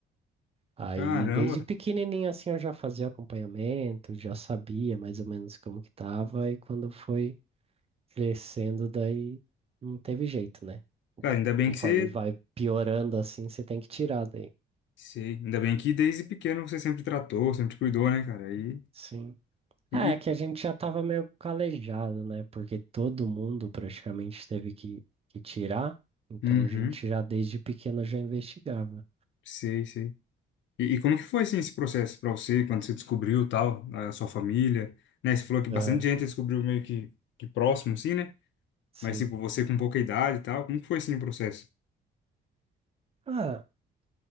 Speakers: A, on the right; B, on the left.
A: Aí,
B: Caramba.
A: desde pequenininho, assim, eu já fazia acompanhamento, já sabia mais ou menos como que tava, e quando foi crescendo, daí não teve jeito, né?
B: Cara, ainda bem
A: Conforme
B: que você.
A: vai piorando, assim, você tem que tirar daí.
B: Sei. Ainda bem que desde pequeno você sempre tratou, sempre cuidou, né, cara? E.
A: Sim.
B: e...
A: É,
B: e-
A: que a gente já tava meio calejado, né? Porque todo mundo praticamente teve que, que tirar, então
B: Uhum.
A: a gente já desde pequeno já investigava.
B: Sei, sei. E, e como que foi assim, esse processo para você, quando você descobriu tal, a sua família, né? Você falou que bastante
A: Aham,
B: gente descobriu meio que, que próximo, assim, né?
A: sim.
B: Mas tipo, você com pouca idade e tal, como que foi assim o processo?
A: Ah,